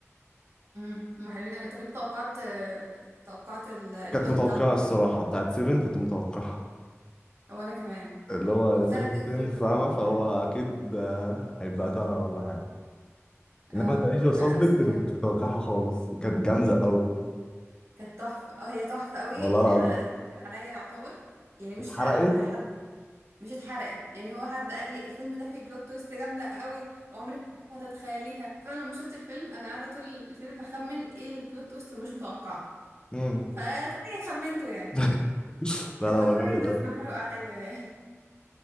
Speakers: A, on the right; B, on the left.
A: امم هم حلوين قوي طب انت توقعت آه، توقعت ال- البلوت
B: كانت متوقعة
A: بتاعت بتاع
B: الصراحة بتاعت 7 كنت متوقعها
A: وانا كمان
B: اللي هو
A: وبتاع
B: 7
A: The
B: 10
A: Usual
B: فاهمة
A: Suspect
B: فهو
A: برضه.
B: أكيد آه، هيبقى ترى ولا حاجة إنما
A: اه
B: ذا ليجند
A: انا
B: اوف
A: نفس الكلام
B: اللي ما كنتش متوقعها خالص كانت جامدة قوي
A: كانت تحفة اه هي تحفة قوي
B: والله
A: يعني انا اتحرقت عليا يعتبر يعني مش
B: اتحرقت
A: اتحرقت عليا حد مش اتحرقت يعني هو حد قال لي الفيلم ده فيه بلوت تويست جامده قوي وعمرك ما هتتخيليها فانا لما شفت الفيلم انا قاعده طول الفيلم بخمن ايه البلوت تويست المش متوقعه
B: امم
A: فطبيعي خمنته يعني
B: <laughs> لا لا هو
A: فكوين
B: جامد
A: ضيف
B: قوي
A: محروق عليا <laughs> يعني